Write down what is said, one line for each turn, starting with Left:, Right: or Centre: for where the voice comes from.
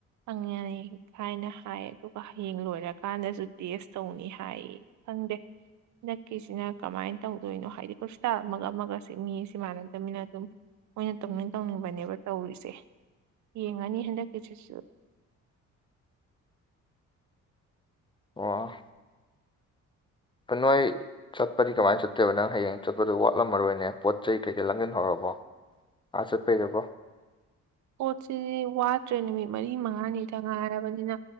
Right: ꯍꯪꯉꯦ ꯍꯥꯏ ꯍꯥꯏꯅꯍꯥꯏ ꯑꯗꯨꯒ ꯍꯌꯦꯡ ꯂꯣꯏꯔꯀꯥꯟꯗꯖꯨ ꯇꯦꯁ ꯇꯧꯅꯤ ꯍꯥꯏꯌꯦ ꯈꯪꯗꯦ ꯍꯟꯗꯛꯀꯤꯁꯤꯅ ꯀꯃꯥꯏꯟ ꯇꯧꯗꯣꯏꯅꯣ ꯍꯥꯏꯗꯤ ꯈ꯭ꯔꯨꯁꯇꯥ ꯑꯃꯒ ꯑꯃꯒꯁꯤ ꯃꯤ ꯁꯤ ꯃꯥꯟꯅꯗꯕꯅꯤꯅ ꯑꯗꯨꯝ ꯃꯣꯏꯅ ꯇꯧꯅꯤꯡ ꯇꯧꯅꯤꯡꯕꯅꯦꯕ ꯇꯧꯔꯤꯁꯦ ꯌꯦꯡꯉꯅꯤ ꯍꯟꯗꯛꯀꯤꯁꯤꯁꯨ
Left: ꯑꯣ ꯀꯥꯅꯣꯏ ꯆꯠꯄꯗꯤ ꯀꯃꯥꯏꯟ ꯆꯠꯇꯣꯕ ꯅꯪ ꯍꯌꯦꯡ ꯆꯠꯄꯗ ꯋꯥꯠꯂꯝꯃꯔꯣꯏꯅꯦ ꯄꯣꯠ ꯆꯩ ꯀꯩꯀꯩ ꯂꯥꯡꯖꯤꯟꯍꯧꯔꯕꯣ ꯑꯥ ꯆꯠꯄꯩꯗꯥꯀꯣ
Right: ꯄꯣꯠꯁꯤꯗꯤ ꯋꯥꯠꯇ꯭ꯔꯦ ꯅꯨꯃꯤꯠ ꯃꯔꯤ ꯃꯉꯥꯅꯤꯗ ꯉꯥꯏꯔꯕꯅꯤꯅ